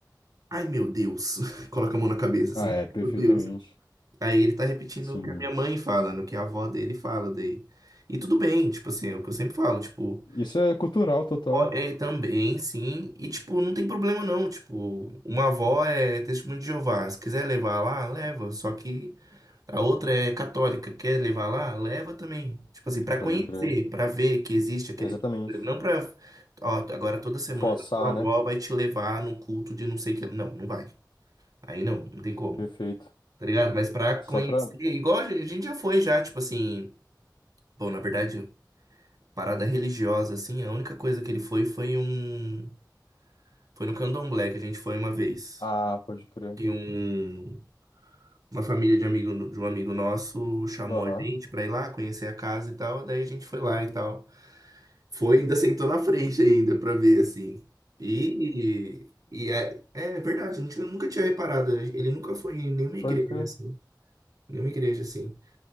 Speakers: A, on the right; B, on the left.
A: ai meu Deus. <laughs> Coloca a mão na cabeça assim,
B: Ah, é, perfeitamente.
A: meu Deus. Aí ele tá repetindo
B: Sim.
A: o que a minha mãe fala, no que a avó dele fala daí. E tudo bem, tipo assim, é o que eu sempre falo, tipo,
B: Isso é cultural total.
A: ó, é também, sim. E tipo, não tem problema não. Tipo, uma avó é testemunho de Jeová. Se quiser levar lá, leva. Só que. A outra é católica, quer levar lá? Leva também. Tipo assim, pra
B: Pode
A: conhecer,
B: crer.
A: pra ver que existe aquele.
B: Exatamente.
A: tipo de- coisa. Não pra. Ó, agora toda semana
B: Forçar,
A: tua avó
B: né?
A: vai te levar no culto de não sei o que. Não, não vai. Aí não, não tem como.
B: Perfeito.
A: Tá ligado? Mas pra
B: Só
A: conhecer,
B: pra,
A: igual a gente a gente já foi já, tipo assim. Bom, na verdade, parada religiosa, assim, a única coisa que ele foi foi um. Foi no Candomblé que a gente foi uma vez.
B: Ah, pode crer.
A: E um. Uma família de amigo de um amigo nosso chamou
B: Aham.
A: a gente pra ir lá conhecer a casa e tal, daí a gente foi lá e tal. Foi, ainda sentou na frente ainda pra ver assim. E, e é, é verdade, eu não tinha- eu nunca tinha reparado, né? ele nunca foi em nenhuma igreja
B: Pode crer.
A: assim, nenhuma igreja assim.